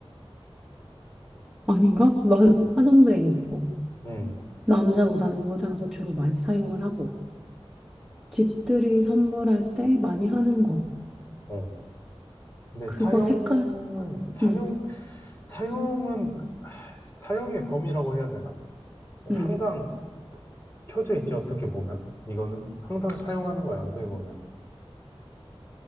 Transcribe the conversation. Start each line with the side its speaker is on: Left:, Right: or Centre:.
Centre: 아닌가? 나 화장대에 있고
Left: 음,
Centre: 남자보다는 여자가 더 주로 많이 사용을 하고 집들이 선물할 때 많이 하는 거.
Left: 어. 근데
Centre: 그거
Left: 사용은,
Centre: 색깔.
Left: 사용,
Centre: 응.
Left: 사용은, 아, 사용의 범위라고 해야 되나? 항상
Centre: 응.
Left: 켜져 있지, 어떻게 보면. 이거는 항상 사용하는 거야, 어떻게 보면.